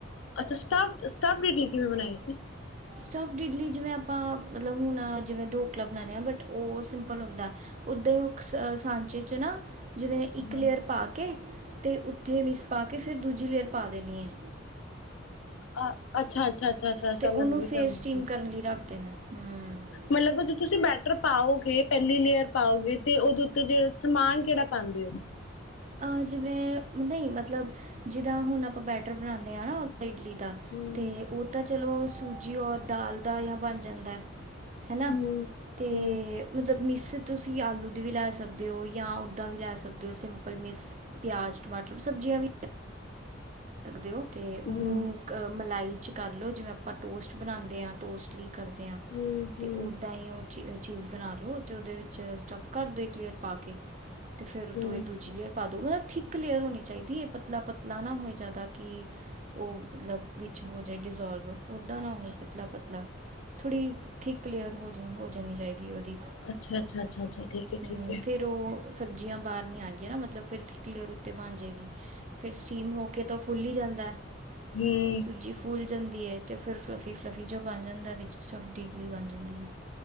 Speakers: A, on the left; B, on the right.
A: ਅੱਛਾ ਸਟਾਫ-ਸਟਾਫ ਇਟਲੀ ਕਿਵੇਂ ਬਣਾਈ ਸੀ?
B: ਸਟਾਫ ਇਲੀ ਜਿਵੇਾਂ ਮਤਲ ਹੁ ਜਿਵੇ ਢੋਕਲਾ ਬਣਾਦੇ ਆ ਬਟ ਉਹ ਸਿੰਪਲ ਹੁੰਦਾ ਓਦਾਂ ਹੀ ਸਾਂਚੇ ਚ ਨਾ ਜਿਵੇਂ ਇੱਕ
A: ਹਾਂ।
B: ਲੇਅਰ ਪਾ ਕੇ, ਤੇ ਉੱਥੇ ਮਿਸ ਪਾ ਕੇ ਫਿਰ ਦੂਜੀ ਲੇਅਰ ਪਾ ਦੇਣੀ ਹੈ।
A: ਅ ਅੱਛਾ-ਅੱਛਾ, ਅੱਛਾ-ਅੱਛਾ
B: ਅਤੇ
A: ਸਮਝ
B: ਉਹਨੂੰ
A: ਗਈ
B: ਫਿਰ
A: ਸਮਝ
B: ਸਟੀਮ
A: ਗਈ
B: ਕਰਨ ਲਈ ਰੱਖ ਦੇਣਾ ਹੂੰ
A: ਮਤਲਬ ਤੁਸੀਂ ਬੈਟਰ ਪਾਓਗੇ ਪਹਿਲੀ ਲੇਅਰ ਪਾਓਗੇ ਤੇ ਉਹਦੇ ਉੱਤੇ ਜਿਹੜ ਸਮਾਨ ਕਿਹੜਾ ਪਾਉਂਦੇ ਹੋ
B: ਅਹ ਜਿਵੇਂ ਨਹੀਂ ਮਤਲਬ ਜਿਦਾਂ ਹੁਣ ਆਪਾਂ ਬੈਟਰ ਬਣਾਉਂਦੇ ਹਾਂ ਨਾ ਇਡਲੀ ਦਾ
A: ਹੂੰ।
B: ਤੇ ਉਹ ਤਾਂ ਚਲੋ ਸੂਜੀ ਔਰ ਦਾਲ ਦਾ ਜਾਂ ਬਣ ਜਾਂਦਾ ਹਨਾ
A: ਹੂੰ
B: ਤੇ
A: ਹੂੰ
B: ਮਤਲਬ ਮਿਸ ਤੁਸੀਂ ਆਲੂ ਦੀ ਵੀ ਲੈ ਸਕਦੇ ਹੋ ਜਾਂ ਉਹੱਦਾਂ ਵੀ ਲੈ ਸਕਦੇ ਹੋ ਸਿੰ ਕਪਲ ਮਿਰਸ਼ ਪਿਆਜ਼ ਟਮਾਟਰ ਸਬਜ਼ੀਆਂ ਵੀ ਸਕਦੇ ਹੋ ਅਤੇ ਉਹਨੂੰ
A: ਹੂੰ
B: ਕ ਮਲਾਈ 'ਚ ਕਰ ਲਓ ਜਿਵੇਂ ਆਪਾਂ ਟੋਸਟ ਬਣਾਉਂਦੇ ਹਾਂ ਟੋਸਟ ਲਈ
A: ਹੂੰ
B: ਅਤੇ
A: ਹੂੰ
B: ਉੱਦਾਂ ਹੀ ਉਹ ਚੀਜ਼ ਬਣਾ ਲੋ ਤੇ ਉਹਦੇ ਵਿੱਚ ਸਟਫ ਕਰ ਦੋ ਕਲੀਅਰ ਪਾ ਕੇ ਅਤੇ ਫਿਰ ਉੱਤੋਂ
A: ਹੂੰ
B: ਇਹ ਦੂਜੀੇ ਪਾ ਦੋ ਮਤਲਬ ਠੀਕ ਕਲੀਅਰ ਹੋਣੀ ਚਾਹੀਦੀ ਹੈ ਪਤਲਾ ਪਤਲਾ ਨਾ ਹੋਏ ਜ਼ਿਆਦਾ ਕਿ ਉਹ ਮਤਲਬ ਹੋ ਜਾਏ ਡਿਜ਼ੋਲਵ ਓਦਾਂ ਨਾ ਹੋਏ ਪਤਲਾ ਪਤਲਾ ਥੋੜ੍ਹੀ ਥਿਕ ਲੇਅਰ ਹੋ ਜਾ ਹੋ ਜਾਣੀ ਚਾਹੀਦੀ ਹੈ ਉਹਦੀ
A: ਅੱਛਾ ਅੱਛਾ ਅੱਛਾ ਅੱਛਾ ਠੀਕ ਹੈ
B: ਹਮ,
A: ਠੀਕ ਹੈ
B: ਫਿਰ ਉਹ ਸਬਜ਼ੀਆਂ ਬਾਹਰ ਨੀ ਆਉਣਗੀਆਂ ਨਾ ਮਤਲਬ ਫਿਰ ਠੀਕ ਲਲੇਅਰ ਉੱਤੇ ਬਣ ਜਾਏਗੀ ਫੇਿਰ ਸਟੀਮ ਹੋ ਕੇ ਤਾਂ ਲੇਅਰ ਭੁੱਲੀ ਜਾਂਦਾ
A: ਹੂੰ
B: ਸੂਜੀ ਫੂਲ ਜਾਂਦੀ ਹੈ ਅਤੇ ਫਿਰ ਫਲੱਫੀ ਫਲੱਫੀ ਜੋ ਬਣ ਜਾਂਦਾ ਵਿੱਚ ਸਫ ਡੀਡਲੀ ਬਣ ਜਾਂਦੀ ਹੈ